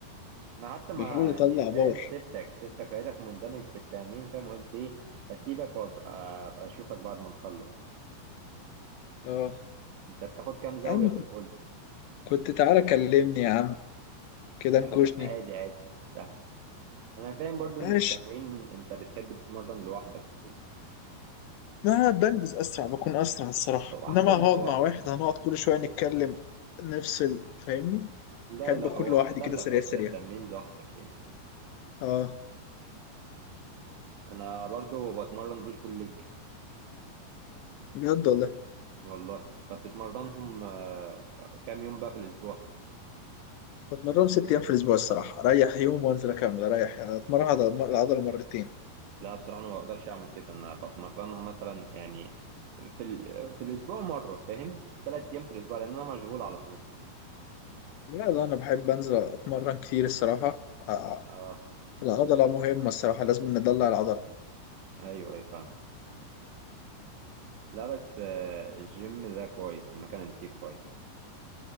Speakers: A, on the right; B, on the left.
A: انا حتى ما
B: بحاول اطلع
A: يعني فاهم
B: باور
A: سبتك سبتك لقيتك مندمج في التمرين فاهم قلت ايه اسيبك وابقى ابقى اشوفك بعد ما نخلص
B: اه
A: انت بتاخد كام زاوية
B: يا عم
A: في البول
B: كنت تعالى كلمني يا عم كده
A: يا
B: نكوشني
A: عم عادي عادي سهل انا فاهم برضو
B: ماشي
A: ان التمرين انت بتحب تتمرن لوحدك وكده
B: ما بنجز اسرع بكون اسرع الصراحة
A: هو احسن
B: انما هقعد
A: هو
B: مع واحد هنقعد كل شوية نتكلم نفصل فاهمني؟
A: لا
B: احب
A: لا
B: اكون
A: هو
B: لوحدي
A: احسن
B: كده
A: لك
B: سريع
A: اصلا
B: سريع
A: التمرين لوحدك يعني
B: اه
A: انا برضو بتمرن بوش بول ليج
B: بجد والله
A: والله طب بتتمرنهم آه، كام يوم بقى في الاسبوع
B: بتمرن ست ايام في الاسبوع الصراحة اريح يوم وانزل اكمل اريح يعني اتمرن على العضلة مرتين
A: لا بصراحه انا ما بقدرش اعمل كده انا بتمرنها مثلا يعني في ال... في الاسبوع مره فاهم ثلاث ايام في الاسبوع لان انا مشغول على طول
B: لا لا أنا بحب أنزل أتمرن كتير الصراحة آه،
A: اه
B: العضلة مهمة الصراحة لازم ندلع العضلة
A: ايوه اي فاهم لا بس آه، الجيم ده كويس المكان اللي فيه كويس